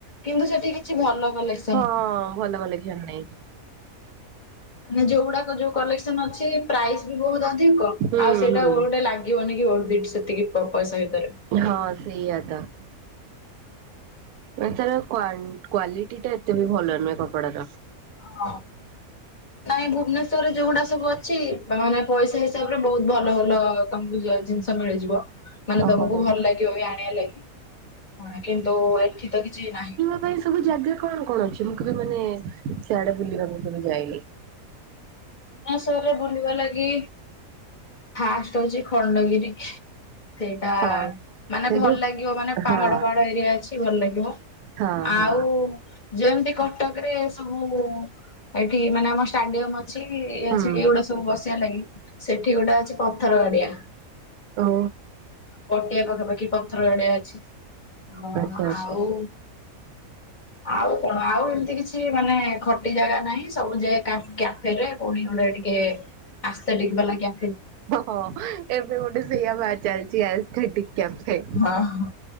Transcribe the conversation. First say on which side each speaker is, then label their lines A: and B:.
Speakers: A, on the left (about 35°); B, on the right (about 90°).
A: କିନ୍ତୁ ସେଠି କିଛି ଭଲ କଲେକ୍ସ୍
B: ହଁ-ଅଁ ଭଲ କଲେକ୍ସନ୍ ନାହିଁ।
A: ମାନେ ଯୋଉଗୁଡାକ ଯୋଉ କଲେକ୍ସନ୍ ଅଛି ପ୍ରାଇସ୍ ବି ବହୁତ ଅଧିକ।
B: ହୁଁ
A: ଆଉ ସେଇଟା
B: ହୁଁ
A: ଗୋଡେ ଲାଗ୍ ଗି ବନିକି <unintelligible> ସେତିକି ପ-ପଇସା ଭିତରେ।
B: ହଁ, ସେଇଆ ତ! ମାନେ ତାର କ୍ଵାନ୍ କ୍ଵାଲିଟି ଟା ଏତେ ବି ଭଲ ନୁହେଁ କପଡାର।
A: <inaudible> ନାଇଁ ଭୁବନେଶ୍ୱର ରେ ଯୋଉଗୁଡା ସବୁ ଅଛି, ମାନେ ପଇସା ହିସାବ ରେ ବହୁତ୍ ଭଲ ଭଲ ତମକୁ ଯୟ ଜିନ୍ ସବ୍ ମିଳି ଯିବ। ମାନେ
B: ଓହୋ
A: ତମକୁ
B: ହୋ
A: ଭଲ ଲାଗିବ ବି ଆଣିଆ ଲାଗି। କିନ୍ତୁ ଏଠି ତ କିଛି ନାହିଁ।
B: ମ ପାଇଁ ସବୁ ଜାଗା କଣ କଣ ଅଛି, ମୁଁ କେବେ ମାନେ ସିଆଡେ ବୁଲିବାକୁ କେବେ ଯାଇନି?
A: ହଁ, ସେଆରେ ବୁଲିବା ଲାଗି ଫାଷ୍ଟ ହଉଚି ଖଣ୍ଡଗିରି। ସେଇଟା
B: ହଁ।
A: ମାନେ
B: ସେ
A: ଭଲ
B: ଯୋଉ
A: ଲାଗିବ ମାନେ ପାହାଡ
B: ହଁ
A: ଫାହାଡ ଏରିଆ ଅଛି, ଭଲ ଲାଗିବ।
B: ହଁ
A: ଆଉ ଯେମ୍ ତି କଟକ ରେ ସବୁ-ଉଁ ଏଠି ମାନେ ଆମ ଷ୍ଟାଡିୟମ୍ ଅଛ୍ ଛି ଇଏ
B: ହଁ
A: ଅଛି
B: ହୁଁ
A: ଏଗୁଡା ସବୁ ବସିଆ ଲାଗି। ସେଠି ଗୋଟେ ଅଛି ପଥର ଗାଡିଆ।
B: ଓହୋ!
A: ପଟିଆ ପାଖାପାଖି ପଥର ଗାଡିଆ ଅଛି। ଅଁ
B: ଆଚ୍ଛା ଆଚ୍ଛା
A: ଆଉ ଆଉ କଣ ଆଉ ଏମିତି କିଛି ମାନେ ଖଟି ଜାଗା ନାହିଁ, ସବୁ ଯେ କା କ୍ୟା ଫେରେ କଉଠି ଗୋଡ଼େ ଟିକେ ଆସ୍ତେଟିକ୍ ବାଲା କ୍ୟା
B: ହ, ହ ଏବେ ଗୋଟେ ସେଇଆ ବା ଚାଲିଛି ଆସ୍ଥେଟିକ୍ କ୍ୟାଫେ।
A: ହଁ ହ।